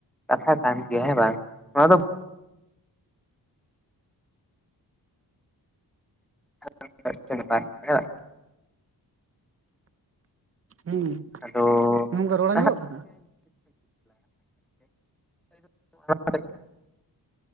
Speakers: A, in the centre; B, on the right.
A: ᱠᱟᱛᱷᱟ ᱠᱟᱱ ᱜᱮᱭᱟ ᱦᱮᱸ ᱵᱟᱝ, ᱱᱚᱣᱟ ᱫᱚ <inaudible>
B: ᱦᱩᱸ,
A: ᱟᱫᱚ
B: ᱜᱚᱝᱠᱮ ᱨᱚᱲ ᱟᱸᱡᱚᱢᱚᱜ
A: ᱞᱟᱦᱟᱜ
B: ᱠᱟᱱᱟ
A: <inaudible>